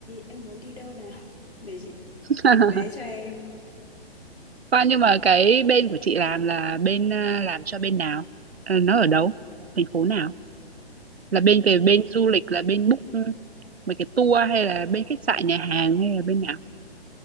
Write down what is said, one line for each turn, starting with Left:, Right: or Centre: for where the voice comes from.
Left: em muốn đi đâu nào để chị
Right: <laughs>
Left: đặt vé cho em.
Right: Khoan, nhưng mà cái bên của chị làm là bên à, làm cho bên nào? Ờ, Nó ở đâu? Thành phố nào?
Left: Ừ.
Right: là bên về bên du lịch là bên book mấy cái tour hay là bên khách sạn nhà hàng hay là bên nào